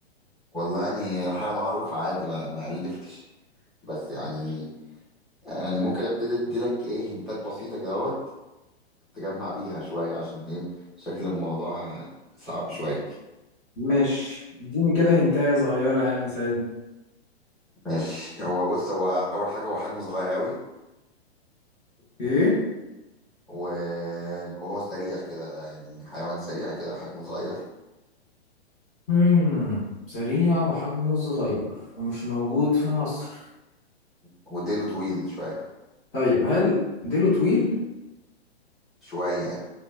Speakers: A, in the centre; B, on the left (about 20°).
A: والله يعني حاجة معروفة عادي ما ما ألفتش بس يعني يعني ممكن ابتدي اديلك ايه هنتات بسيطة كده اهوت تجمع بيها شوية عشان ايه شكل الموضوع صعب شوية
B: ماشي اديني كده هنتاية صغيرة يعني ساعدني
A: ماشي هو بص هو أول حاجة هو حجمه صغير قوي
B: ايه
A: و... وهو سريع كده يعني حيوان سريع كده حجمه صغير
B: مم. سريع وحجمه صغير ومش موجود في مصر
A: وديله طويل شوية
B: طيب هل ديله طويل
A: شوية